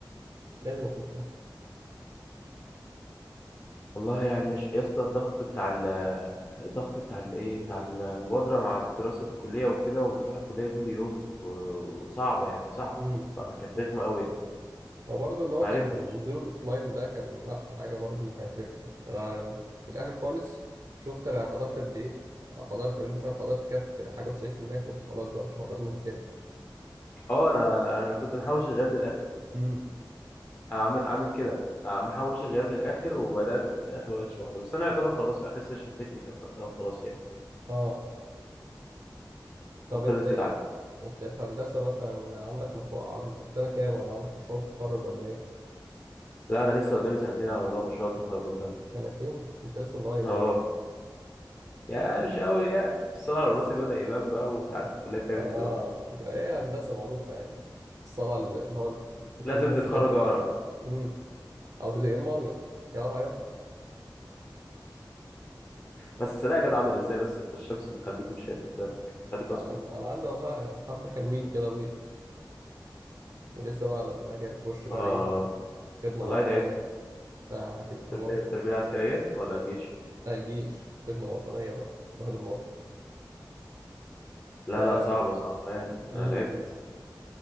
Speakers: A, on the right; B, on the left.
A: لازم اخشها
B: والله يعني مش يا اسطى الضغط بتاع ال الضغط بتاع الايه بتاع المبادرة مع دراسة الكلية وكده وبتروح الكلية كل يوم و- وصعبة يعني صعب
A: امم
B: فكانت
A: امم
B: رخمة قوي يعني
A: هو برضه اللي هو
B: ما
A: كان
B: عرفتش
A: نزول الاوفلاين ده كان لا حاجه برضه كانت رخمه انا في الاخر خالص شفت انا حضرت قد ايه حضرت قالوا لي مش عارف حضرت كام في حاجه و90% فقلت خلاص بقى مش هحضر لهم تاني
B: اه انا انا أنا كنت محوش الغياب للاخر
A: امم
B: عامل عامل كده آه، محوش الغياب للاخر وبدات في الاخر ما بقتش بحضر بس انا يعتبر خلاص اخر سيشن تكنيكال خدتها وخلاص يعني
A: اه طب
B: وخلصت
A: انت ايه
B: على
A: انت في هندسة مثلا عندك مشروع عن... في سنة كام ولا عندك مشروع تخرج ولا ايه
B: لا انا لسه قدامي سنتين على موضوع مشروع التخرج ده
A: سنتين انت لسه صغير
B: اه
A: بقى
B: يعني مش قوي يعني الصلاة على راسي بدأ يبان بقى وانت عارف الكلية بتعمل
A: اه آه،
B: ايه في الواحد
A: ايه هندسة معروفة يعني الصلع اللي هو في
B: لازم
A: النص
B: تتخرج
A: ده كده
B: اقرا
A: امم او يا اما ابيض يا راعي ابيض
B: بس لا يا جدع ابيض ازاي بس انت الشمس بتخليك مش شايف قدامك بتخليك
A: اه
B: اسمر
A: أم- انا عندي والله حبة حلوين كده بيض ولسه بقى لما اجي نخش بقى
B: اه
A: ايه الخدمة
B: والله
A: الوطنية
B: تعبت
A: فهتبقى
B: التربية
A: برضو
B: التربية العسكرية ولا الجيش
A: لا الجيش الخدمة الوطنية بقى بخدم الوطن
B: لا
A: آه.
B: لا صعبة صعبة يعني
A: امم
B: انا تعبت